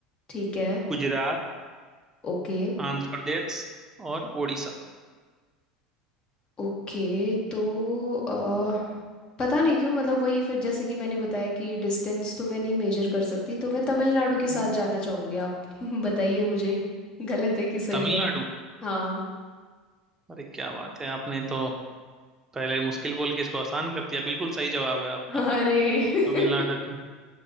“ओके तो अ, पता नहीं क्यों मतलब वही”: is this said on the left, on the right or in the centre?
Left